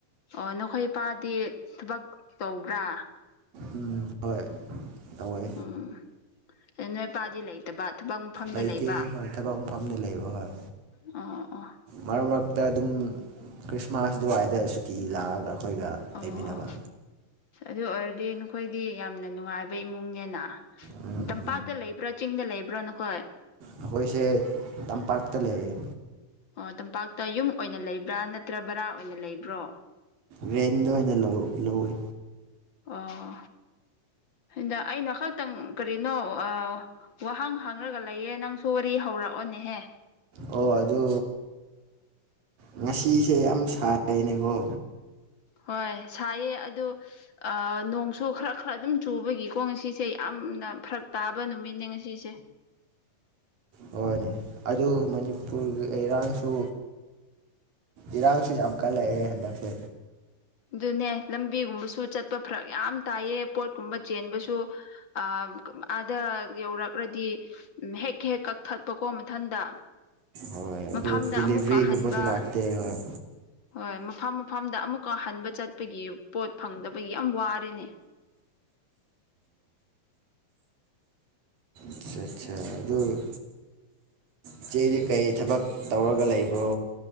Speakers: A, on the left (about 40°); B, on the right (about 80°).
A: ꯑꯣ ꯅꯈꯣꯏ ꯏꯄꯥꯗꯤ ꯊꯕꯛ ꯇꯧꯕ꯭ꯔꯥ
B: ꯎꯝ ꯍꯣꯏ ꯇꯧꯋꯦ
A: ꯎꯝ ꯑꯦ ꯅꯣꯏ ꯏꯄꯥꯗꯤ ꯂꯩꯇꯕ ꯊꯕꯛ ꯃꯐꯝꯗ
B: ꯂꯩꯇꯦ
A: ꯂꯩꯕ
B: ꯍꯣꯏ ꯊꯕꯛ ꯃꯐꯝꯗ ꯂꯩꯕ ꯍꯣꯏ
A: ꯑꯣ ꯑꯣ
B: ꯃꯔꯛ ꯃꯔꯛꯇ ꯑꯗꯨꯝ ꯈ꯭ꯔꯤꯁꯃꯥꯁ ꯑꯗꯨꯋꯥꯏꯗ ꯁꯨꯀꯤ ꯂꯥꯛꯑꯒ ꯑꯩꯈꯣꯏꯒ
A: ꯑꯣ
B: ꯂꯩꯃꯤꯟꯅꯕ
A: ꯑꯗꯨ ꯑꯣꯏꯔꯗꯤ ꯅꯈꯣꯏꯗꯤ ꯌꯥꯝꯅ ꯅꯨꯡꯉꯥꯏꯕ ꯏꯃꯨꯡꯅꯦꯅ
B: ꯎꯝ
A: ꯇꯝꯄꯥꯛꯇ ꯂꯩꯕ꯭ꯔꯥ ꯆꯤꯡꯗ ꯂꯩꯕ꯭ꯔꯥ ꯅꯈꯣꯏ
B: ꯑꯩꯈꯣꯏꯁꯦ ꯇꯝꯄꯥꯛꯇ ꯂꯩꯌꯦ
A: ꯑꯣ ꯇꯝꯄꯥꯛꯇ ꯌꯨꯝ ꯑꯣꯏꯅ ꯂꯩꯕ꯭ꯔꯥ ꯅꯠꯇ꯭ꯔ ꯕꯔꯥ ꯑꯣꯏꯅ ꯂꯩꯕ꯭ꯔꯣ
B: ꯔꯦꯟꯗ ꯑꯣꯏꯅ ꯂꯧ ꯂꯧꯋꯦ
A: ꯑꯣ ꯍꯟꯗꯛ ꯑꯩꯅ ꯈꯛꯇꯪ ꯀꯔꯤꯅꯣ ꯑꯥ ꯋꯥꯍꯪ ꯍꯪꯔꯒ ꯂꯩꯌꯦ ꯅꯪꯁꯨ ꯋꯥꯔꯤ ꯍꯧꯔꯛꯑꯣꯅꯦꯍꯦ
B: ꯑꯣ ꯑꯗꯨ ꯉꯁꯤꯁꯦ ꯌꯥꯝ ꯁꯥꯏꯅꯦꯀꯣ
A: ꯍꯣꯏ ꯁꯥꯏꯌꯦ ꯑꯗꯨ ꯑꯥ ꯅꯣꯡꯁꯨ ꯈꯔ ꯈꯔ ꯑꯗꯨꯝ ꯆꯨꯕꯒꯤꯀꯣ ꯉꯁꯤꯁꯦ ꯌꯥꯝꯅ ꯐꯔꯛ ꯇꯥꯕ ꯅꯨꯃꯤꯠꯅꯦ ꯉꯁꯤꯁꯦ
B: ꯍꯣꯏꯅꯦ ꯑꯗꯨ ꯃꯅꯤꯄꯨꯔꯒꯤ ꯏꯔꯥꯡꯁꯨ ꯏꯔꯥꯡꯁꯨ ꯌꯥꯝ ꯀꯜꯂꯛꯑꯦ ꯍꯟꯗꯛꯁꯦ
A: ꯑꯗꯨꯅꯦ ꯂꯝꯕꯤꯒꯨꯝꯕꯁꯨ ꯆꯠꯄ ꯐꯔꯛ ꯌꯥꯝ ꯇꯥꯏꯌꯦ ꯄꯣꯠꯀꯨꯝꯕ ꯆꯦꯟꯕꯁꯨ ꯑꯥ ꯑꯥꯗ ꯌꯧꯔꯛꯔꯗꯤ ꯎꯝ ꯍꯦꯛ ꯍꯦꯛ ꯀꯛꯊꯠꯄꯀꯣ ꯃꯊꯟꯗ
B: ꯍꯣꯏ ꯑꯗꯨ
A: ꯃꯐꯝꯗ
B: ꯗꯤꯂꯤꯚ꯭ꯔꯤꯒꯨꯝꯕꯁꯨ
A: ꯑꯃꯨꯛꯀ ꯍꯟꯕ
B: ꯂꯥꯛꯇꯦ ꯍꯣꯏ
A: ꯍꯣꯏ ꯃꯐꯝ ꯃꯐꯝꯗ ꯑꯃꯨꯛꯀ ꯍꯟꯕ ꯆꯠꯄꯒꯤ ꯄꯣꯠ ꯐꯪꯗꯕꯒꯤ ꯌꯥꯝ ꯋꯥꯔꯦꯅꯦ
B: ꯑꯠꯆꯥ ꯑꯠꯆꯥ ꯑꯗꯨ ꯏꯆꯦꯗꯤ ꯀꯔꯤ ꯊꯕꯛ ꯇꯧꯔꯒ ꯂꯩꯕ꯭ꯔꯣ